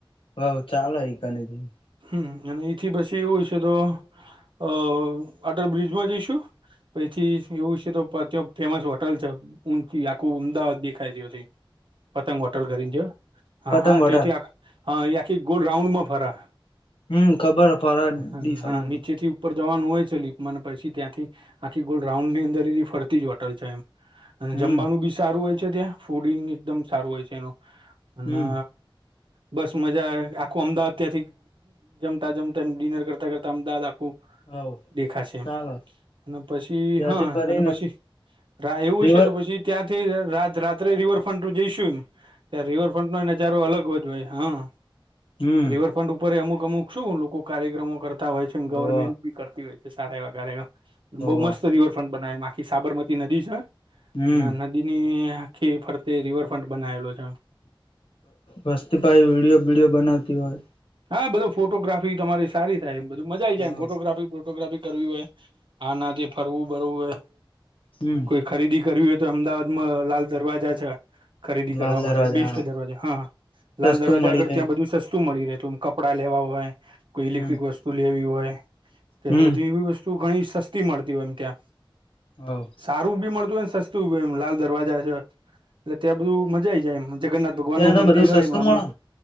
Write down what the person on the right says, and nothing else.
હમ અને એથી પછી એવું હોય છે, તો અ અટલ બ્રિજમાં જઈશું પછી એવું છે, તો ત્યા ફેમસ હોટલ છે, આખું અમદાવાદ ખાય ત્યાંથી પતંગ હોટલ કરીને છે હા
હા
તેયોથી આખા હા એ આખી ગોડ રાઉન્ડમાં ફરા
હા
હા નીચેથી ઉપર જવાનું હોય છે, લીપ મને પછી ત્યાંથી આખી ગોલ રાઉન્ડ ની અંદર ફરતી જ હોટલ છે, એમ અને
જમવાનું બી સારું હોય છે, ત્યાં ફૂડિંગ એકદમ સારું હોય છે, એનું અને
બસ મજા આખું અમદાવાદ ત્યાંથી જમતા જમતા એમ ડિનર કરતા કરતા અમદાવાદ આખું
દેખાશે
એમ અને પછી
હા
અને પછી રા એવું
છે, તો પછી ત્યાંથી રા રાત્રે રિવરફ્રન્ટ જઈશું એમ ત્યાં રિવરફ્રન્ટ ન જારો અલગ જ હોય હા
રિવરફ્રન્ટ ઉપર અમુક અમુક શું લોકો કાર્યક્રમો કર તા હોય છે
ગવર્મેન્ટ બી કરતી હોય છે સારા એવા કાર્યક્રમ
બહુ મસ્ત રિવરફ્રન્ટ બનાય આમ આખી સાબરમતી નદી છે
અને નદીની આખી ફરતે રિવરફ્રન્ટ બનાવેલો છે.
હા બધો ફોટોગ્રાફી તમારી સારી થાય બધુ મજા આઈ
જાય એમ ફોટોગ્રાફી ફોટોગ્રાફી કરવી હોય આનાથી ફરવું બરવું હોય
કોઈ ખરીદી કરવી હોય તો અમદાવાદમાં લાલ દરવાજા છે. ખરીદી
કરવા
માટે બેસ્ટ દરવાજા હા લાલ
દરવાજા
આગળ
ત્યાં બધું સસ્તું મળી રહેતું કપડા લેવા હોય કોઈ ઇલેક્ટ્રિક
વસ્તુ લેવી હોય કે
બધી એવી વસ્તુ શું ઘણી સસ્તી મળતી હોય એમ ત્યાં
સારું બી મળતું હોયને સસ્તું એમ લાલ દરવાજા છે. એટલે ત્યાં બધું મજા આવી જાય એમ જગન્નાથ ભગવાનનું
મંદિર
હોય
એમ હમણાં